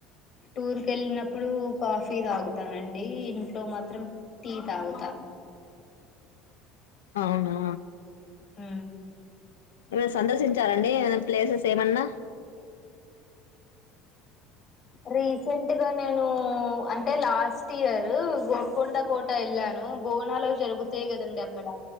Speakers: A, on the left; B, on the left.
A: టూర్ క వెళ్ళినప్పుడు కాఫీ తాగుతానండి ఇంట్లో మాత్రం టీ తాగుతా
B: అవునా
A: ఉ
B: ఏ సందర్శించారంండి ఏమైనా ప్లేసెస్ సేమన్నా
A: రీసెంట్గా నేను అంటే లాస్ట్ ఇయర్ గోల్కొండ కోట వెళ్ళాను బోనాలు జరుగుతాయి కదంీ అక్కడ